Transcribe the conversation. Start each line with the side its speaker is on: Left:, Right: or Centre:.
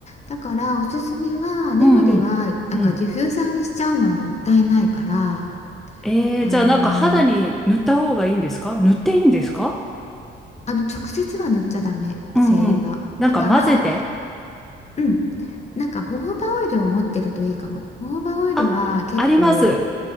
Left: だからおすすめはネロリはなんかディフューザーにしちゃうのはもったいないから
Centre: うんうん、うん。ええ、
Left: あの
Centre: じゃあなんか肌に塗った方がいいんですか塗っていいんですか
Left: あの直接は塗っちゃダメ精油は。
Centre: うんうん。なんか混ぜて。
Left: だからうん。なんか、ホホバオイルを持ってるといいかも。ホホバオイルは結構、
Centre: あ、あります。